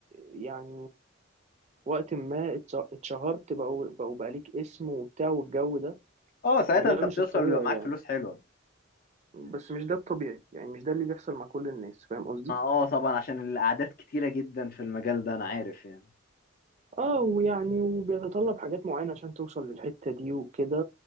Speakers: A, on the right; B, on the left.
A: يعني وقت ما اتش- اتشهرت بقوا بقوا بقى ليك اسم وبتاع والجو ده
B: أه ساعتها
A: وده
B: أنت
A: مش
B: بتوصل
A: الطبيعي
B: ويبقى معاك
A: يعني
B: فلوس حلوة
A: بس مش ده الطبيعي يعني مش ده اللي بيحصل مع كل الناس فاهم قصدي
B: ما اه طبعا عشان الاعداد كتيرة جدا في المجال ده انا عارف يعني
A: اه ويعني وبيتطلب حاجات معينة عشان توصل للحتة دي وكده